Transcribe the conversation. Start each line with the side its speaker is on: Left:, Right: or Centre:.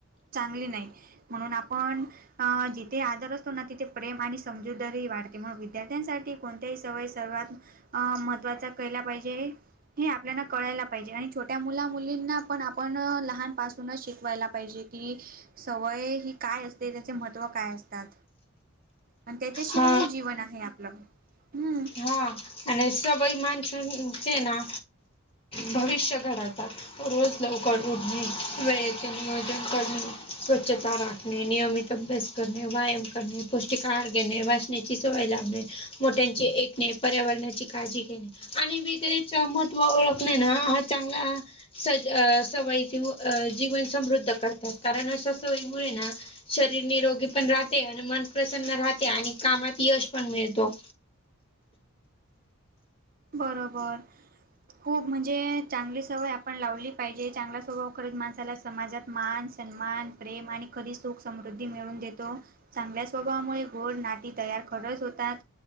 Right: चांगली नाही म्हणून आपण जिथे आदर असतो ना तिथे प्रेम आणि समजूदारही वाढते म्हण विद्यार्थ्यांसाठी कोणत्याही सवय सर्वात अं महत्त्वाचा केळला पाहिजे. हे आपल्याना कळायला पाहिजे आणि छोट्या मुला मुलींना पण आपण लहान पासूनच शिकवायला पाहिजे. कि सवय हि काय असते त्याचे महत्त्व काय असतात. आणि त्याच्याशिवाय
Left: हा
Right: ही जीवन आहे आपलं हम्म.
Left: हां. आणि सवय माणसांचे ना भविष्य घडतात. रोज लवकर उढणे वचे नियोजन करणे स्वच्छता राख णे नियमित अभ्यास करणे व्यायाम करणे पौष्टिक आहार घेणे ण्याची सवय लाभणे मोठ्यांची ऐकणे पर्यावरणाची काळजी घेणे, आणि वेगळेच महत्त्व ओळख नाही ना हा चांगला सज अ सवयीचे अ जीवन समृद्ध करतात कारण अशा सवयी मुळ ना शरीर निरोगी पण राहते आणि मन प्रसन्न राहते आणि कामात यश पण मिळतो.
Right: बरोबर. खूप म्हणजे चांगली सवय आपण लावली पाहिजे चांगला स्वभाव करत माणसाला समाजात मान सन्मान प्रेम आणि कधी सुख समृद्धी मिळवून देतो. चांगल्या स्वभावामुळे गोड नाती तयार खरच होतात.